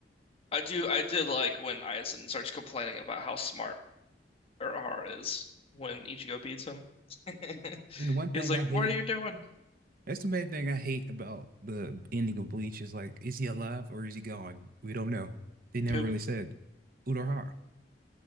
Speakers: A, on the left (about 35°); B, on the right (about 55°).
A: I do I did like when Aizen starts complaining about how smart Urahara is when Ichigo beats him. <laughs>
B: And the one thing
A: He was like,
B: I hate,
A: "What are you doing?"
B: that's the main thing I hate about the ending of Bleach is like, is he alive or is he gone? We don't know. They never
A: Dude,
B: really said Urahara.